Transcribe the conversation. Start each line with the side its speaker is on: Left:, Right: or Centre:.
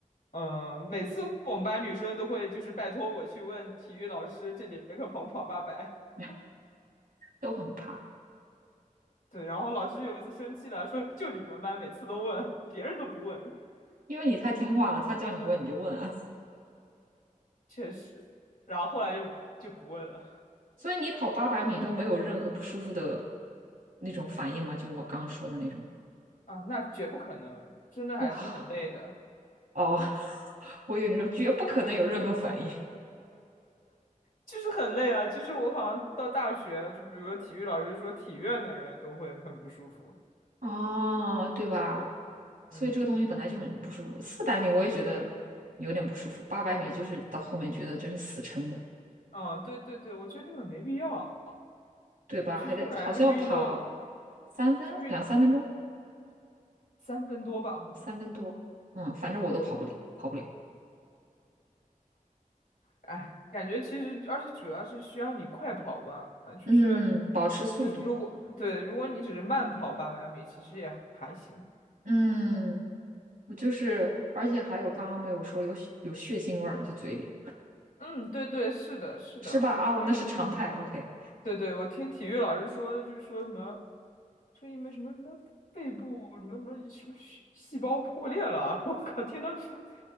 Left: 嗯、每次我们班女生都会就是拜托我去问体育老师这节课跑不跑八百。<laughs>
Right: <laughs> 都很怕，
Left: 对，然后老师有一次生气了，说就你们班每次都问，<laughs> 别人都不问，
Right: 因为你太听话了，他叫你问你就问啊。
Left: 确实。然后后来就就不问了
Right: 所以你跑八百米都没有任何不舒服的那种反应吗？就我刚说的那种。
Left: 啊，那绝不可能，真的还是很累的，
Right: 哇，哦，<laughs> 我以为你说绝不可能有任何反应
Left: 就是很累啊。就是我好像到大学，就比如说体育老师说体院的人都会很不舒服。
Right: 哦，对吧？所以这个东西本来就很不舒服。
Left: 嗯
Right: 四百米我也觉得有点不舒服，八百米就是到后面觉得就是死撑的，
Left: 嗯，对对对，我觉得根本没必要。
Right: 对吧？
Left: 其实我感觉这个运动，
Right: 还得好像要跑三分两三分钟，
Left: 这个运三分多吧，好像，
Right: 三分多，嗯，
Left: 嗯，
Right: 反正我都跑不了，跑不了。
Left: 哎，感觉其实，而且主要是需要你快跑吧，就是
Right: 嗯，保持速度，
Left: 就是如果对，如果你只是慢跑八百米，其实也还行。
Right: 嗯，我就是，而且还有刚刚没有说有血有血腥味儿，就嘴里
Left: 嗯，对对，是的，是的，
Right: 是吧？
Left: 我听，
Right: 哦，那是常态。OK，
Left: 对对，我听体育老师说，就是说什么，说因为什么什么肺部什么什么什么细细胞破裂了，<laughs> 我靠，听他说，